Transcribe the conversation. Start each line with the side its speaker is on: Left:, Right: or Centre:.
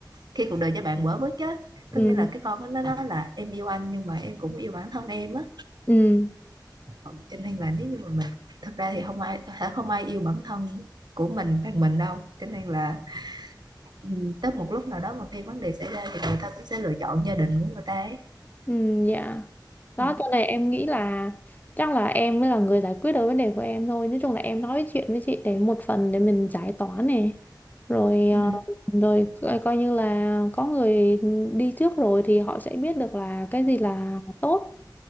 Right: khi cuộc đời cho bạn quả với chứ
Left: ừ
Right: có nghĩa là cái con nó nó nói là em yêu anh nhưng mà em cũng yêu bản thân em á
Left: ừ
Right: Ừ, cho nên là nếu như mà mình thật ra thì không ai sẽ không ai yêu bản thân của mình bằng mình đâu cho nên là ừ, tới một lúc nào đó mà khi vấn đề xảy ra thì người ta cũng sẽ lựa chọn gia đình của người ta ấy.
Left: Ừ, dạ đó
Right: Ừ.
Left: cho nên em nghĩ là chắc là em mới là người giải quyết được vấn đề của em thôi nói chung là em nói chuyện với chị để một phần để mình giải tỏa này rồi ờ,
Right: Ừ.
Left: rồi coi coi như là có người đi trước rồi thì họ sẽ biết được là cái gì là tốt